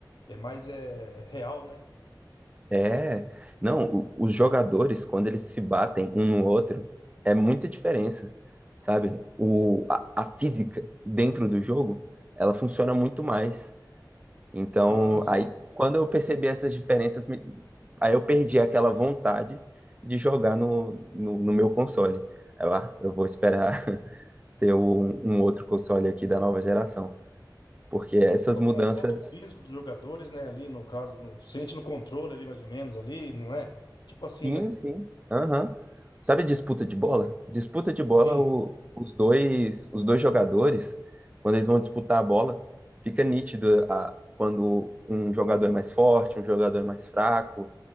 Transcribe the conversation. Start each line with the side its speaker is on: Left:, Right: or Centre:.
Left: é é mais é, real, né?
Right: É, não, o- os jogadores, quando eles se batem um no outro, é muita diferença, sabe? O, a, a física dentro do jogo, ela funciona muito mais. Então,
Left: Ah, assim,
Right: aí, quando eu percebi essas diferenças, me- aí eu perdi aquela vontade de jogar no, no, no meu console. Aí Eu, ah, eu vou esperar ter um, um outro console aqui da nova geração. Porque essas
Left: até
Right: mudanças.
Left: o confronto físico dos jogadores, né? Ali no caso, no- sente no controle ali mais ou menos ali, não é? Tipo assim,
Right: Sim,
Left: né?
Right: sim. Aham. Sabe disputa de bola? Disputa de bola,
Left: Sim.
Right: o- os dois, os dois jogadores, quando eles vão disputar a bola, fica nítido a- quando um jogador é mais forte, um jogador é mais fraco.